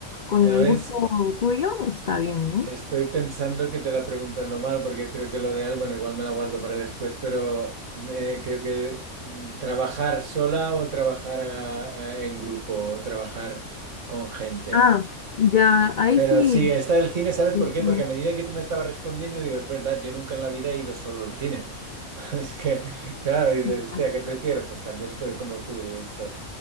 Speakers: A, on the left; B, on the right.
A: con
B: ¿Sabes?
A: el gusto tuyo, está bien, ¿no?
B: Estoy pensando que te la preguntando mal porque creo que lo de Al, bueno, igual me la guardo para después, pero eh, creo que mm, trabajar sola o trabajar ah, ah, en grupo o trabajar con gente.
A: Ah, ya, ahí
B: Pero
A: sí.
B: sí, está el cine, ¿sabes
A: sí,
B: por
A: está
B: qué? Porque
A: bien.
B: a medida que tú me estabas respondiendo, digo, es verdad, yo nunca en la vida he ido solo al cine. <laughs> Es que, claro, dices,
A: Ya,
B: hostia, ¿qué prefiero? Pues también, pero como tú, esto.